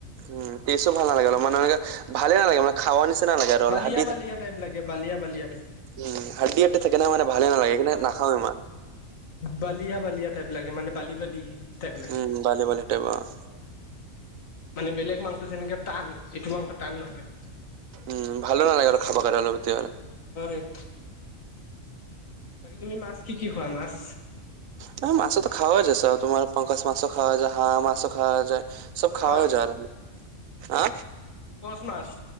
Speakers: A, on the right (about 90°); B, on the left (about 85°).
A: উম তেজো ভালাগে অ মানে এনেকে ভালে নালাগে মানে। খাৱ নিচিনা লাগে আৰু
B: বালিয়া
A: হাদ্দি
B: বালিয়া টাইপ লাগে বালিয়া বালিয়া টাইপ
A: উম হাড়দি থাকে ন মানে ভালে নালাগে কিন্তু নাখাও ইমান।
B: বালিয়া বালিয়া টাইপ লাগে মানে বালি বালি। টাইপ লাগে।
A: উম বালি বালি টাইপৰ অহ
B: মানে বেলেগ মাংস যেনেকে টান এইটো মাংস টান নহয়।
A: উম ভালো নালাগে আৰু খাব কাৰনে অলপ এতিয়া।
B: হয়, বাকী তুমি মাছ কি কি খোৱা মাছ?
A: ন মাছ তো খাৱা যায় তোমাৰ পংকচ মাছ খাৱা যায়, হাঁহ মাছ খাৱা যায়।
B: কচ
A: চব খাৱা
B: মাছ
A: যায়। আ
B: কচ মাছ।